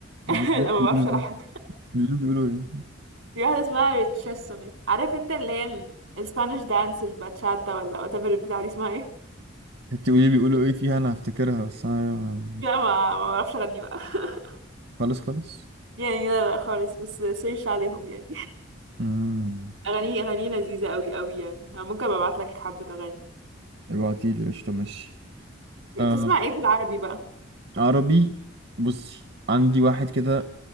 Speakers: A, on the right (about 55°); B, on the right (about 75°).
A: يعني
B: <laughs> لا ما
A: بيقولوا
B: بعرفش ألحن
A: بيقولوا بيقولوا ايه
B: في واحدة اسمها ريتشسمي عارف انت اللي هي الاسبانيش دانس الباتشاتا ولا whatever البتاع دي اسمها ايه
A: انت قولي لي بيقولوا
B: <laughs>
A: ايه فيها انا هفتكرها بس انا
B: لا ما ما بعرفش أغني بقى <laughs>
A: خالص خالص
B: يعني لا لا خالص بس سيرش عليهم يعني
A: امم
B: اغانيه اغانيه لذيذه قوي قوي يعني انا ممكن ابقى ابعت لك حبه اغاني
A: ابعتي لي قشطه ماشي آه.
B: تسمع ايه في العربي بقى
A: عربي بصي عندي واحد كده